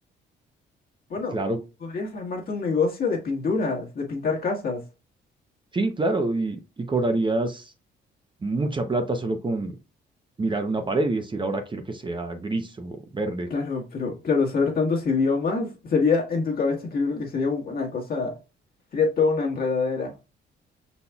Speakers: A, on the left (about 50°); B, on the right (about 25°).
A: Bueno,
B: y claro,
A: podrías armarte un negocio de pinturas, de pintar casas.
B: sí, claro, y, y cobrarías mucha plata solo con mirar una pared y decir, ahora quiero que sea gris o verde,
A: Claro, pero claro, saber tantos idiomas sería en tu cabeza que yo creo que sería una cosa, sería toda una enredadera.